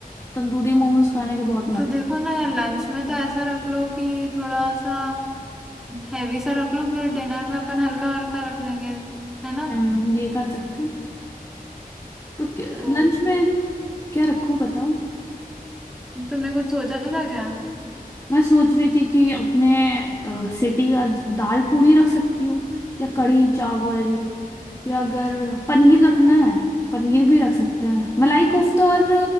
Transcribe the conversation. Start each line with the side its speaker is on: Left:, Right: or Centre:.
Left: तंदूरी मोमोज खाने के बहुत मन
Centre: तो
Left: है
Centre: देखो ना यार लंच में तो ऐसा रख लो कि थोड़ा सा हैवी सा रख लो फिर डिनर में अपन हल्का हल्का रख लेंगे है ना
Left: हम्म ये कर सकते हैं तो
Centre: तो
Left: लंच में क्या रखूं बताओ
Centre: तुमने कुछ सोचा था क्या
Left: मैं सोच रही थी कि अपने सिटी का दाल पूड़ी रख सकती हूँ या कढ़ी चावल या अगर पनीर रखना है पनीर भी रख सकते हैं मलाई कोफ्ता और